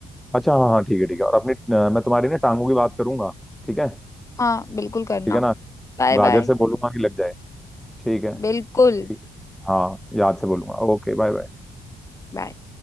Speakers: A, in the centre; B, on the left.
A: अच्छा हाँ हाँ ठीक है ठीक है और अपनी अ, मैं तुम्हारी ना टांगों की बात करूंगा ठीक है
B: हाँ बिल्कुल करना
A: ठीक है ना
B: Bye
A: गाजर
B: bye
A: से बोलूंगा कि लग जाए ठीक है
B: बिल्कुल
A: ठीक है हाँ याद से बोलूंगा ओके बाय बाय
B: बाय